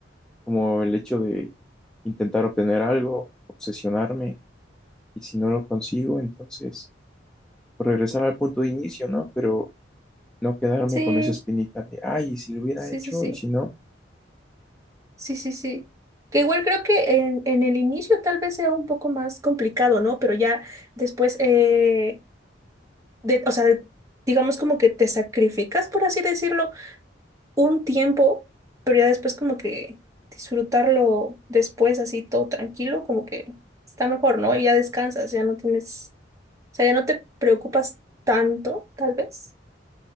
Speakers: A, in the centre; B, on the right.
A: como el hecho de intentar obtener algo, obsesionarme, y si no lo consigo, entonces pues, regresar al punto de inicio, ¿no? Pero no quedarme
B: Sí,
A: con esa espinita de, ay, ¿y si lo hubiera
B: sí,
A: hecho,
B: sí, sí.
A: y si no.
B: Sí, sí, sí. Que igual creo que en, en el inicio tal vez sea un poco más complicado, ¿no? Pero ya después, eh, de, o sea, digamos como que te sacrificas, por así decirlo, un tiempo, pero ya después como que disfrutarlo después así todo tranquilo, como que está mejor, ¿no? Y ya descansas, ya no tienes, o sea, ya no te preocupas tanto, tal vez.